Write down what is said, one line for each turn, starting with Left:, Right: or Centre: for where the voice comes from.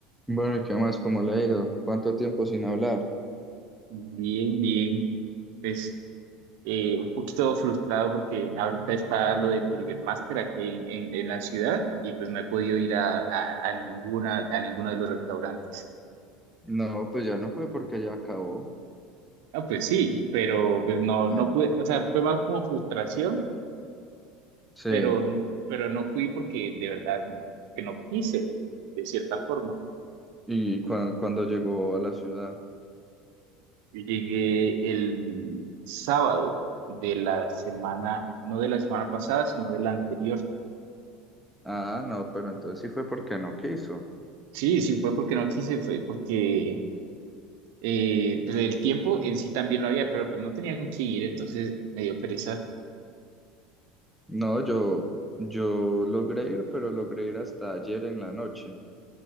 Centre: Bueno, ¿y qué más? ¿Cómo le ha ido? ¿Cuánto tiempo sin hablar?
Right: Bien, bien. Pues eh, un poquito frustrado porque ahorita está lo del Burger Master aquí en, en- en la ciudad y pues no he podido ir a, a- a ninguna, a ninguno de los restaurantes.
Centre: No, pues ya no fue porque ya acabó.
Right: Ah, pues sí, pero pues no,
Centre: Ah,
Right: no pude, o sea, fue más como frustración,
Centre: sí.
Right: pero, pero no fui porque de verdad que no quise, de cierta forma.
Centre: ¿Y cuan- cuando llegó a la ciudad?
Right: Yo llegué el sábado de la semana, no de la semana pasada, sino de la anterior.
Centre: Ah, no, pero entonces sí fue porque no quiso.
Right: Sí, sí fue porque no quise, fue porque Eh, pero el tiempo en sí también lo había, pero pues no tenía con quién ir, entonces me dio pereza.
Centre: No, yo, yo logré ir, pero logré ir hasta ayer en la noche,